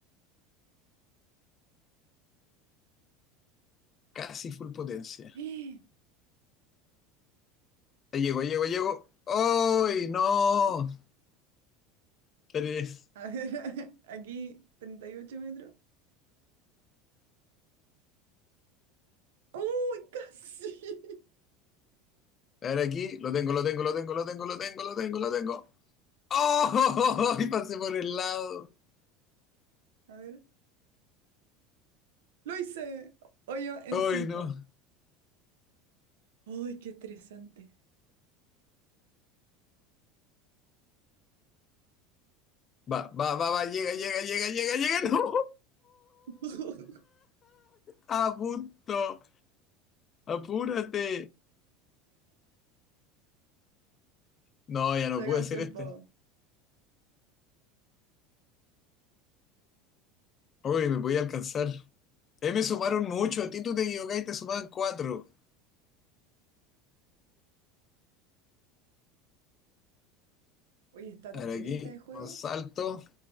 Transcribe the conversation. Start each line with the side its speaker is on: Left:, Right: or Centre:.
Left: Casi full potencia.
Right: <gasps>
Left: Ahí llego, llego, llego. ¡Ay, no! Tres.
Right: A ver, <laughs> aquí 38 metros. ¡Uy, casi! <laughs>
Left: A ver aquí. Lo tengo, lo tengo, lo tengo, lo tengo, lo tengo, lo tengo, lo tengo. ¡Oh! <laughs> Y pasé por el lado.
Right: A ver, lo hice. Hoyo en
Left: ¡Ay,
Right: 5.
Left: no!
Right: ¡Uy, qué estresante!
Left: Va, va, va, va. Llega, llega, llega, llega, llega. <laughs> ¡No!
Right: <laughs>
Left: A punto. Apúrate. No, ya no
Right: Se acabó
Left: pude
Right: el
Left: hacer
Right: tiempo.
Left: este. Uy, me voy a alcanzar. Eh, me sumaron mucho. A ti tú te equivocaste y te sumaban cuatro.
Right: Oye, esta
Left: A
Right: tonterita
Left: ver, aquí,
Right: de juego.
Left: con salto.